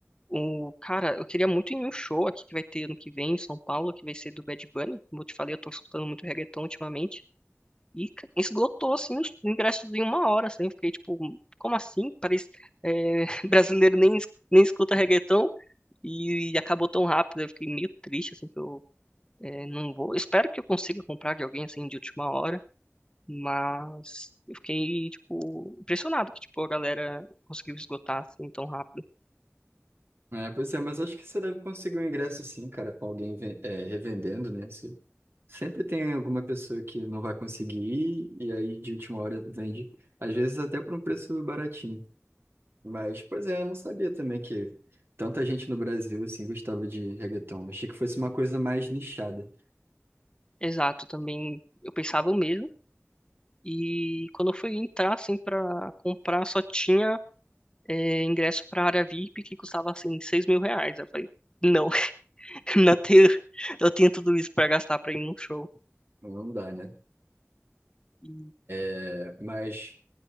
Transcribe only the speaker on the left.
o cara, eu queria muito ir em um show aqui que vai ter ano que vem em São Paulo, que vai ser do Bad Bunny. Como eu te falei, eu tô escutando muito reggaeton ultimamente. E ca- esgotou, assim, os ingressos em uma hora, assim. Eu Fiquei tipo, como assim? Parece, é, <laughs> brasileiro nem, es- nem escuta reggaeton. E acabou tão rápido, eu fiquei meio triste, assim, que eu é, não vou. Espero que eu consiga comprar de alguém, assim, de última hora, mas eu fiquei, tipo, impressionado que, tipo, a galera conseguiu esgotar, assim, tão rápido.
Exato, também eu pensava o mesmo, e quando eu fui entrar, assim, pra comprar, só tinha é, ingresso para a área VIP que custava assim seis mil reais. Eu falei, não, <laughs> não tenho, eu tenho tudo isso para gastar para ir num show.
E,